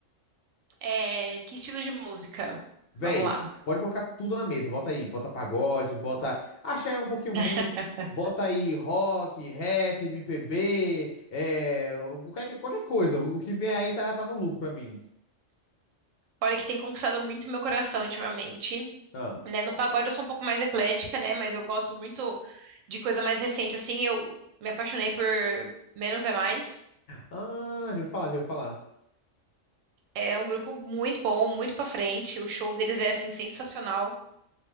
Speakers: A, on the right; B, on the left.
A: É, que estilo de música?
B: Véi,
A: Vamos lá.
B: pode colocar tudo na mesa. Bota aí, bota pagode, bota. Axé é um pouquinho
A: <laughs>
B: menos. Bota aí rock, rap, MPB, é, qualquer, qualquer coisa. O, o que vem aí tá, tá no lucro pra mim.
A: Olha, que tem conquistado muito meu coração ultimamente,
B: Ah,
A: né? No pagode eu sou um pouco mais eclética, né? Mas eu gosto muito de coisa mais recente, assim. Eu me apaixonei por Menos é Mais.
B: ah, já ouvi falar, já ouvi falar.
A: É um grupo muito bom, muito pra frente. O show deles é assim sensacional